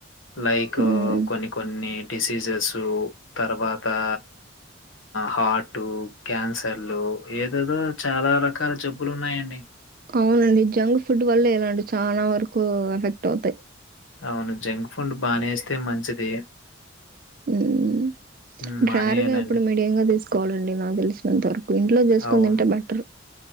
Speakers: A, on the left; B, on the right.
A: లైక్
B: మ్మ్.
A: కొన్ని కొన్ని డిసీజెసూ, తర్వాతా హార్టూ, క్యాన్సర్లూ ఏదేదో చాలా రకాల జబ్ బ్బులు ఉన్నాయండి
B: అవునండి జంగ్ ఫుడ్ వల్ల ఇలాంటి చాలా వరకూ ఎఫెక్ట్ అవుతాయ్
A: అవును జంక్ ఫుడ్ బానేస్తే మంచిది
B: ఊమ్
A: హ్మ్. మానేయాలండి.
B: జారుగా ఎప్పుడు మీడియంగా తీసుకోవాలండి నాకు తెలిసినంతా ఇంట్లో జేసుకోని
A: అవును.
B: తింటే బెటర్